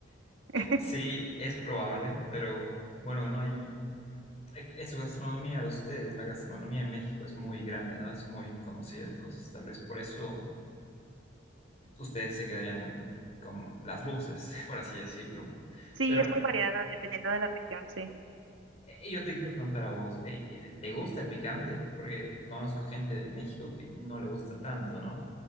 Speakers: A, on the right; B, on the left.
A: <laughs>
B: Sí, es probable, pero bueno, no hay... Es su gastronomía de ustedes, la gastronomía en México es muy grande, no es muy conocida, entonces tal vez por eso ustedes se quedarían con las luces, <laughs> por así decirlo.
A: Sí,
B: Pero
A: es muy variada dependiendo de la región, sí.
B: Eh, Yo te quiero preguntar a vos, eh, eh, ¿te gusta el picante? Porque conozco gente de México que no le gusta tanto, ¿no?